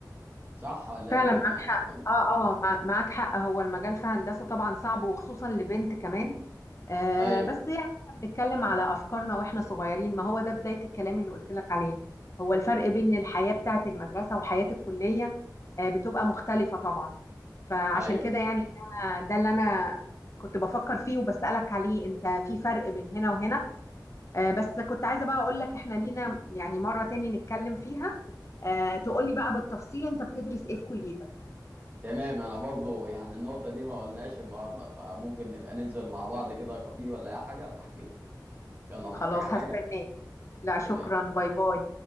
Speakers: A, on the right; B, on the left.
A: صح ولا
B: فعلا
A: ايه الدنيا
B: معاك
A: يعني
B: حق
A: كنت
B: اه اه مع- معاك حق هو المجال في هندسة طبعا صعب وخصوصا لبنت كمان آه
A: ايوه
B: بس يعني احنا بنتكلم على افكارنا واحنا صغيرين ما هو ده بداية الكلام اللي قلت لك عليه هو الفرق بين الحياة بتاعة المدرسة وحياة الكلية آه بتبقى مختلفة طبعا فعشان
A: ايوه
B: كده يعني ده ده اللي انا كنت بفكر فيه وبسألك عليه انت في فرق بين هنا وهنا آه بس كنت عايزة بقى اقول لك احنا لينا يعني مرة تاني نتكلم فيها آه تقولي بقى بالتفصيل انت بتدرس ايه في كليتك
A: تمام انا برضه يعني النقطه دي ما قلناش النهارده فممكن نبقى ننزل مع بعض كده كافيه ولا اي حاجه بحكي لك يلا محتاجه
B: خلاص
A: حاجه
B: هستناك لا شكرا
A: تمام
B: باي باي